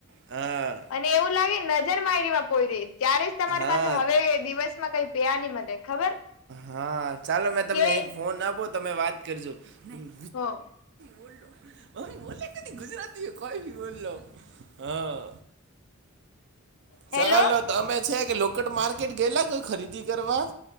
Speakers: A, on the right; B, on the left.
A: હા.
B: અને એવું લાગે, નજર મા એરીમાં પોઈરી. ત્યારે જ તમારી
A: હા
B: પાસે હવે દિવસ માં કઈ પેયા ન મળે. ખબર
A: હા, ચાલો, મેં તમને
B: એ
A: એક ફોન આપો. તમે વાત કરજો. કોઈ
B: હો
A: બોલો, મેમ બો ગુજરાતી કોઈ બોલલો, હા.
B: હેલો
A: ચાલો તમે છે કે, લો માર્કેટ ગેલા, કોઈ ખરીદી કરવા?